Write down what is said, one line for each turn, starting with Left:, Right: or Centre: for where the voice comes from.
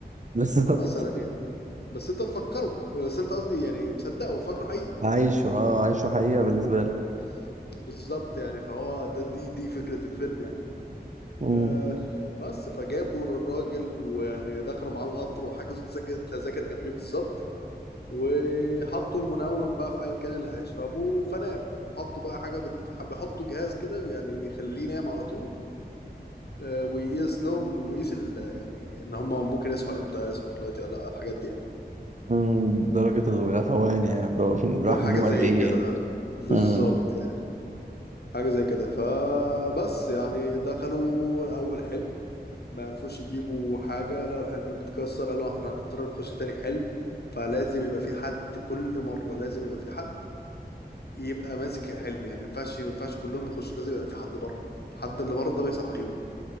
Right: بالظبط
Left: مثلا يعني بس انت مفكره بس انت قصدي يعني مصدقه وفاكره حقيقي
Right: عايشه أه عايشه حقيقة بالنسبة له
Left: <clears throat> بالظبط يعني فهو ده دي دي فكرة الفيلم يعني
Right: امم
Left: أه بس فجابوا الراجل ويعني دخلوا معاه القطر وحجزوا تذاك- تذاكر جنبيه بالظبط وحطوا منوم بقى في ايا كان اللي هيشربه فنام حطوا بقى حاجه بت... بيحطوا جهاز كده يعني بيخليه ينام على طول آه، ويقيس لهم ويقيس ال... يعني ان هم ممكن يصحوا امتى يصحوا دلوقتي ولا لا الحاجات دي يعني
Right: مم، درجة الغفوان يعني لو في-
Left: ب-
Right: راح
Left: حاجه
Right: في النوم
Left: زي
Right: قد إيه
Left: كده
Right: يعني
Left: بالظبط
Right: آه.
Left: يعني حاجه زي كده فبس يعني دخلوا اول حلم ما عرفوش يجيبوا حاجه لا الحلم بيتكسر قالوا احنا هنضطر نخش تاني حلم فلازم يبقى في حد كل مره لازم يبقى في حد يبقى ماسك الحلم يعني ما ينفعش ما ينفعش كلهم يخشوا لازم يبقى في حد بره الحد اللي بره ده بيصحيهم